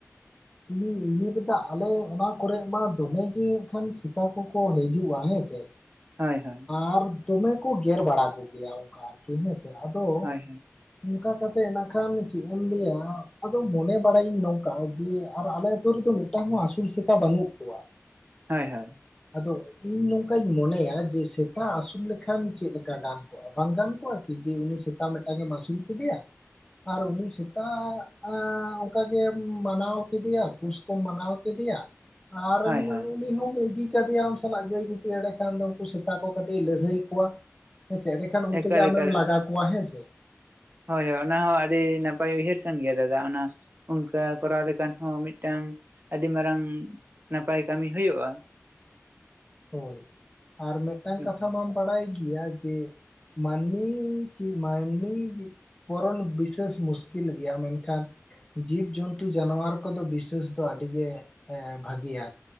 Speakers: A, on the left; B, on the right.
A: ᱤᱧᱤᱧ ᱩᱭᱦᱟᱹᱨᱮᱫᱟ ᱟᱞᱮ ᱚᱱᱟ ᱠᱚᱨᱮᱜ ᱢᱟ ᱫᱚᱢᱮ ᱜᱮ ᱠᱷᱟᱱ ᱥᱮᱛᱟ ᱠᱚᱠᱚ ᱦᱤᱡᱩᱜ-ᱟ ᱦᱮᱸᱥᱮ᱾
B: ᱦᱳᱭ ᱦᱳᱭ
A: ᱟᱨ ᱫᱚᱢᱮ ᱠᱚ ᱜᱮᱨ ᱵᱟᱲᱟ ᱠᱚᱜᱮᱭᱟ ᱚᱱᱠᱟ ᱜᱮ ᱦᱮᱸᱥᱮ ᱟᱫᱚ
B: ᱦᱳᱭ
A: ᱚᱱᱠᱟ ᱠᱟᱛᱮᱜ ᱱᱟᱠᱷᱟᱱ ᱪᱮᱜ ᱤᱧ ᱞᱟᱹᱭᱟ ᱟᱫᱚ ᱢᱚᱱᱮ ᱵᱟᱲᱟᱭᱤᱧ ᱱᱚᱝᱠᱟ ᱡᱮ ᱟᱨ ᱟᱞᱮ ᱟᱹᱛᱩ ᱨᱮᱫᱚ ᱢᱤᱫ ᱴᱟᱝ ᱦᱚᱸ ᱟᱹᱥᱩᱞ ᱥᱮᱛᱟ ᱵᱟᱹᱱᱩᱜ ᱠᱚᱣᱟ᱾
B: ᱦᱳᱭ ᱦᱳᱭ᱾
A: ᱟᱫᱚ ᱤᱧ ᱱᱚᱝᱠᱟᱧ ᱢᱚᱱᱮᱭᱟ ᱡ ᱡᱮ ᱥᱮᱛᱟ ᱟᱹᱥᱩᱞ ᱞᱮᱠᱷᱟᱱ ᱪᱮᱜ ᱞᱮᱠᱟ ᱜᱟᱱ ᱠᱚᱜ-ᱟ ᱵᱟᱝ ᱜᱟᱱ ᱠᱚᱜᱟ ᱠᱤ ᱡᱮ ᱩᱱᱤ ᱥᱮᱛᱟ ᱢᱤᱫᱴᱟᱝ ᱮᱢ ᱟᱹᱥᱩᱞ ᱠᱮᱫᱮᱭᱟ ᱟᱨ ᱩᱱᱤ ᱥᱮᱛᱟᱜ ᱟᱸ ᱚᱱᱠᱟ ᱜᱮᱢ ᱢᱟᱱᱟᱣ ᱠᱮᱫᱮᱭᱟ ᱯᱩᱥ ᱠᱚᱢ ᱢᱟᱱᱟᱣ ᱠᱮᱫᱮᱭᱟ᱾ ᱟᱨᱮᱢ
B: ᱦᱳᱭ ᱦᱳᱭ
A: ᱩᱱᱤ ᱦᱚᱢ ᱤᱫᱤ ᱠᱟᱫᱮᱭᱟ ᱟᱢ ᱥᱟᱞᱟᱜ ᱜᱟᱹᱭ ᱜᱩᱯᱤ ᱮᱲᱮ ᱠᱷᱟᱱ ᱫᱚ ᱩᱱᱠᱩ ᱥᱮᱛ ᱛᱟ ᱠᱚ ᱠᱟᱹᱴᱤᱡ ᱮ ᱞᱟᱹᱲᱦᱟᱹᱭ ᱠᱚᱣᱟ, ᱦᱮᱸᱥᱮ ᱮᱸᱰᱮᱠᱷᱟᱱ ᱩᱱᱛᱮᱜᱮ
B: ᱮᱠᱟᱞ
A: ᱟᱢᱮᱢ
B: ᱮᱠᱟᱞ
A: ᱞᱟᱜᱟ ᱠᱚᱣᱟ ᱦᱮᱸ ᱥᱮ᱾
B: ᱦᱳᱭ ᱦᱳᱭ ᱚᱱᱟ ᱦᱚᱸ ᱟᱹᱰᱤ ᱱᱟᱯᱟᱭ ᱩᱭᱦᱟᱹᱨ ᱠᱟᱱ ᱜᱮᱭᱟ ᱫᱟᱫᱟ ᱚᱱᱟ ᱚᱱᱠᱟ ᱠᱚᱨᱟᱣ ᱞᱮᱠᱷᱟᱱ ᱦᱚᱸ ᱢᱤᱜᱴᱟᱝ ᱟᱹᱰᱤ ᱢᱟᱨᱟᱝ ᱱᱟᱯᱟᱭ ᱠᱟᱹᱢᱤ ᱦᱩᱭᱩᱜᱼᱟ᱾
A: ᱦᱳᱭ ᱟᱨ ᱢᱤᱜᱴᱟᱝ
B: ᱮᱠᱟᱞ
A: ᱠᱟᱛᱷᱟ
B: ᱮᱠᱟᱞ
A: ᱢᱟᱢ ᱵᱟᱲᱟᱭ ᱜᱮᱭᱟ ᱡᱮ ᱢᱟᱱᱢᱤ ᱪᱤ ᱢᱟᱱᱢᱤ ᱯᱚᱨᱚᱱ ᱵᱤᱥᱟᱹᱥ ᱢᱩᱥᱠᱤᱞ ᱜᱮᱭᱟ ᱢᱮᱱᱠᱷᱟᱱ ᱡᱤᱵ ᱡᱚᱱᱛᱩ ᱡᱟᱱᱣᱟᱨ ᱠᱚᱫᱚ ᱵᱤᱥᱟᱹᱥ ᱫᱚ ᱟᱹᱰᱤ ᱜᱮ ᱮ ᱵᱷᱟᱹᱜᱮᱭᱟ᱾